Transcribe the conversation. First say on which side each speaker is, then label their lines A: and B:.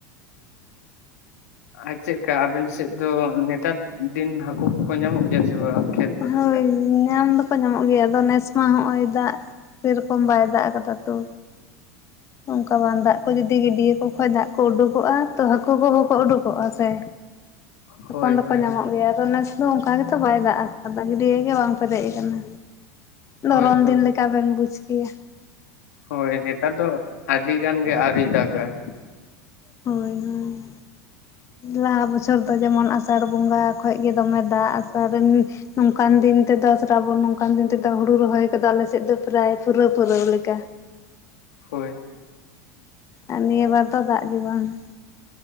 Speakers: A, on the left; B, on the left.
A: ᱟᱨ ᱪᱮᱫᱠᱟ ᱟᱵᱮᱱ ᱥᱮᱫ ᱫᱚ ᱱᱮᱛᱟᱨ ᱫᱤᱱ ᱦᱟᱹᱠᱩ ᱠᱚᱠᱚ ᱧᱟᱢᱚᱜ ᱜᱮᱭᱟ ᱥᱮ ᱵᱟᱝ? ᱠᱷᱮᱛ ᱵᱟᱹᱫᱽ
B: ᱦᱳᱭ
A: ᱠᱚᱨᱮ
B: ᱧᱟᱢ ᱫᱚᱠᱚ ᱧᱟᱢᱚᱜ ᱜᱮᱭᱟ ᱟᱫᱚ ᱱᱮᱥ ᱢᱟ ᱦᱚᱸᱜᱼᱚᱭ ᱫᱟᱜ ᱥᱮᱨᱚᱠᱚᱢ ᱵᱟᱭ ᱫᱟᱜ ᱟᱠᱟᱫᱟ ᱛᱚ, ᱚᱱᱠᱟ ᱵᱟᱝ ᱫᱟᱜ ᱠᱚ ᱡᱩᱫᱤ ᱜᱤᱰᱭᱟᱹ ᱠᱚ ᱠᱷᱚᱡ ᱫᱟᱜ ᱠᱚ ᱩᱰᱩᱠᱚᱜᱼᱟ ᱛᱚ ᱦᱟᱹᱠᱩ ᱠᱚᱦᱚᱸ ᱠᱚ ᱩᱰᱩᱠᱚᱜᱼᱟ᱾ ᱥᱮ ᱛᱚᱯᱟᱱ
A: ᱦᱳᱭ
B: ᱫᱚᱠᱚ
A: ᱦᱳᱭ
B: ᱧᱟᱢᱚᱜ ᱜᱮᱭᱟ ᱟᱫᱚ ᱱᱮᱥ ᱫᱚ ᱚᱱᱠᱟ ᱜᱮᱛᱚ ᱵᱟᱭ ᱫᱟᱜᱼᱟ ᱟᱫᱚ <inaudible> ᱜᱟᱹᱰᱭᱟᱹ ᱜᱮ ᱵᱟᱝ ᱯᱮᱨᱮᱡ ᱟᱠᱟᱱᱟ, ᱫᱷᱚᱨᱚᱱ
A: ᱦᱳᱭ ᱦᱳᱭ
B: ᱫᱤᱱ ᱞᱮᱠᱟ ᱵᱮᱱ ᱵᱩᱡᱽ ᱠᱮᱭᱟ᱾
A: ᱦᱳᱭ ᱱᱮᱛᱟᱨ ᱫᱚ ᱟᱹᱰᱤ ᱜᱟᱱ ᱜᱮ ᱟᱹᱣᱨᱤ ᱫᱟᱜᱟᱭ᱾
B: ᱦᱳᱭ ᱦᱳᱭ᱾ ᱞᱟᱦᱟ ᱵᱚᱪᱷᱚᱨ ᱫᱚ ᱡᱮᱢᱚᱱ ᱟᱥᱟᱲ ᱵᱚᱸᱜᱟ ᱠᱷᱚᱡ ᱜᱮ ᱫᱚᱢᱮ ᱫᱟᱜ ᱟᱥᱟᱲ <unintelligible> ᱱᱚᱝᱠᱟᱱ ᱫᱤᱱ ᱛᱮᱫᱚ ᱥᱨᱟᱵᱚᱱ ᱱᱚᱝᱠᱟᱱ ᱫᱤᱱ ᱛᱮᱫᱚ ᱥᱟᱨᱵᱚᱱ ᱱᱚᱠᱟᱱ ᱫᱤᱱ ᱛᱮᱫᱚ ᱦᱩᱲᱩ ᱨᱚᱦᱚᱭ ᱠᱚᱫᱚ ᱟᱞᱮ ᱥᱮᱫ ᱫᱚ ᱯᱨᱟᱭ ᱯᱩᱨᱟᱹᱣ ᱯᱩᱨᱟᱹᱣ ᱞᱮᱠᱟ᱾
A: ᱦᱳᱭ ᱾
B: ᱟᱨ ᱱᱤᱭᱟᱹ ᱵᱟᱨ ᱫᱚ ᱫᱟᱜ ᱜᱮ ᱵᱟᱝ ᱾